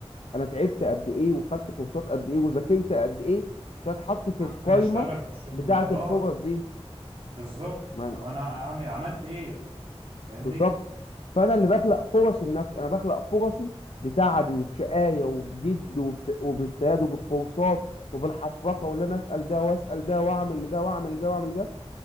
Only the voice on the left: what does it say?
انا تعبت قد ايه وخدت كورسات قد ايه وذاكرت قد ايه عشان اتحط في
القايمه
بتاعه
الفرص دي
ما
بالظبط فانا اللي بخلق فرصي لنفسي انا بخلق فرصي بتعبي وبشقايه وبجد وبت... وباجتهاد وبالكورسات وبالحفرقه واللي انا اسال ده واسال ده واعمل لده واعمل لده واعمل لده